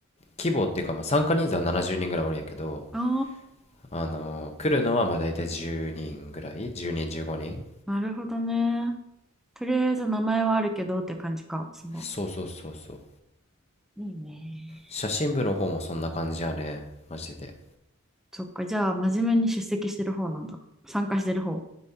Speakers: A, on the left (about 30°); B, in the centre.
A: 規模っていうか、まあ、参加人数は70人ぐらいおるんやけど、
B: あ
A: あのー来るのはまあ大体10人ぐらい ?10 人、15人
B: あ、なるほどね。とりあえず名前はあるけどって感じか。その、
A: そうそうそうそう。
B: いいね。
A: 写真部の方もそんな感じやね。マジで。
B: そっか、じゃあ真面目に出席してる方なんだ。参加してる方。